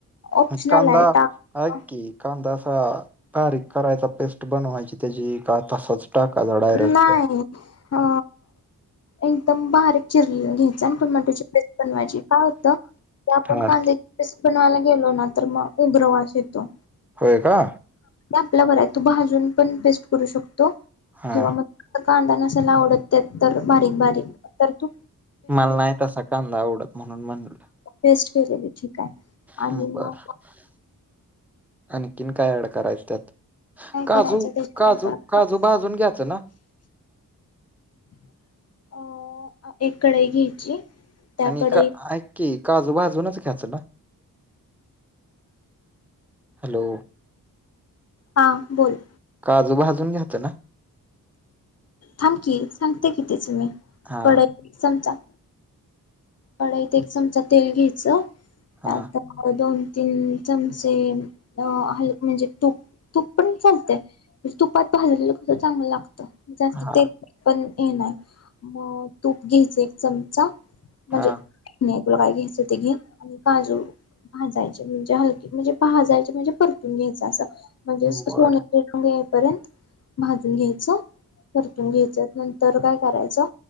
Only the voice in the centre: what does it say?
कांदा
हकी कांदा तारीक करायचा पेस्ट बनवायची त्याची का तसच टाकाचा डायरेक्ट
हां,
होय का
हां.
मला नाही तसा कंद आवडत म्हणून म्हणल.
हम्
बर. <inaudible> आणखीन काय ॲड करायच त्यात.
काजू,
काजू,
काजू, भाजून घ्यायचं ना.
आणि
का ऐक की काजू भाजूनच ख्यायचं का? हॅलो
काजू भाजून घ्यायचं ना?
हा
हा
हा
हा
बर